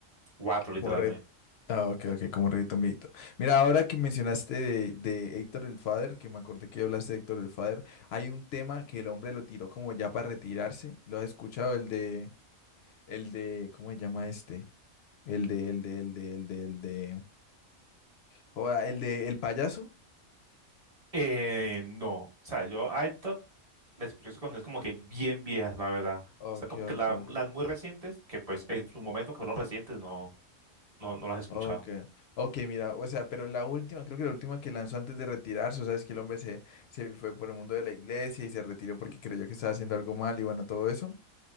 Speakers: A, on the right; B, on the left.
A: cuatro literalmente.
B: Como red. Ah, ok, ok, como reditombito. Mira, ahora que mencionaste de, de Héctor el Father, que me acordé que hablaste de Héctor el Father, hay un tema que el hombre lo tiró como ya para retirarse. ¿Lo has escuchado? El de, el de, ¿cómo se llama este? El de, el de, el de, el de, el de, joda, el de, el payaso.
A: Eh, no, o sea, yo a Top le escuché sus canciones como que bien viejas, la verdad. O
B: Ok,
A: sea, como
B: ok,
A: que la-
B: ok.
A: las muy recientes, que pues en su momento que fueron recientes, no, no, no las he escuchado.
B: Ok, ok, mira, o sea, pero la última, creo que la última que lanzó antes de retirarse, o sea, es que el hombre se, se fue por el mundo de la iglesia y se retiró porque creyó que estaba haciendo algo mal y bueno, todo eso.